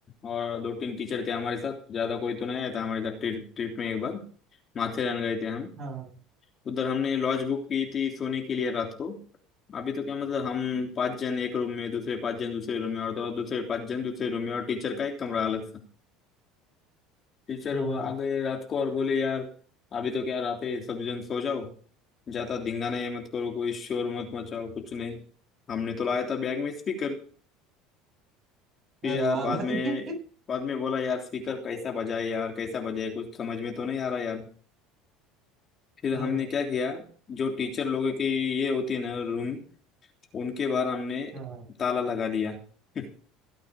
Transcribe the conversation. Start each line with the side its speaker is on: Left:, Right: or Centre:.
Left: और दो तीन टीचर थे हमारे साथ ज़्यादा कोई तो नहीं आया था हमारे साथ ट्रिप ट्रिप में एक बार माथेरान गए थे हम
Right: हाँ
Left: उधर हमने लॉज बुक की थी सोने के लिए रात को अभी तो क्या मतलब हम पाँच जन एक रूम में दूसरे पाँच जन दूसरे रूम में और तो और दूसरे पाँच जन दूसरे रूम में और टीचर का एक कमरा अलग सा टीचर
Right: हाँ
Left: वो
Right: हाँ
Left: आ गए रात को और बोले यार अभी तो क्या रात है सब जन सो जाओ ज़्यादा धिंगाना ये मत करो कोई शोर मत मचाओ कुछ नहीं हमने तो लाया था बैग में स्पीकर फिर
Right: अरे
Left: यार
Right: वाह
Left: बाद
Right: भाई
Left: में बाद में बोला यार स्पीकर कैसा बजाए यार कैसा बजाए कुछ समझ में तो नहीं आ रहा यार फिर
Right: <laughs> हाँ
Left: हमने क्या किया जो टीचर लोगों की ये होती है ना रूम उनके बाहर हमने
Right: हाँ
Left: ताला लगा दिया <laughs>